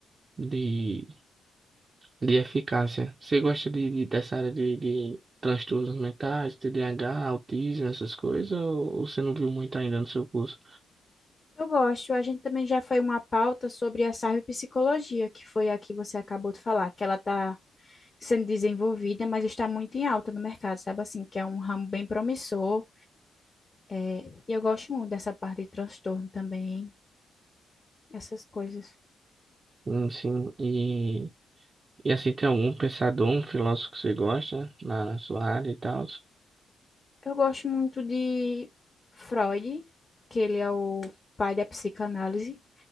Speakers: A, on the right (about 40°); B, on the left (about 30°).
A: de, de eficácia. Você gosta de, de- dessa área de, de transtornos mentais, TDAH, autismo, essas coisas, ou, ou você não viu muito ainda no seu curso?
B: Eu gosto. A gente também já foi uma pauta sobre a cyberpsicologia, que foi a que você acabou de falar, que ela está sendo desenvolvida, mas está muito em alta no mercado, sabe assim, que é um ramo bem promissor. É, e eu gosto muito dessa parte de transtorno também, essas coisas.
A: Hum, sim, e, e assim, tem algum pensador, um filósofo que você gosta na, na sua área e tal?
B: Eu gosto muito de Freud, que ele é o pai da psicanálise,